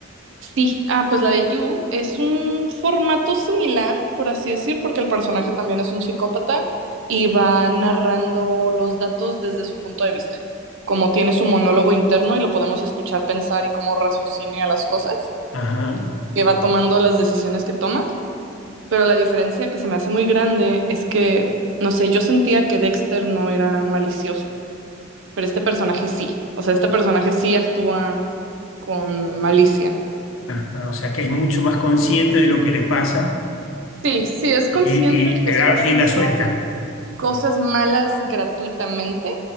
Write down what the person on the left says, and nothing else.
Ajá,
ajá, O sea, que es mucho más consciente de lo que le pasa
y,
y
le
da
rienda suelta.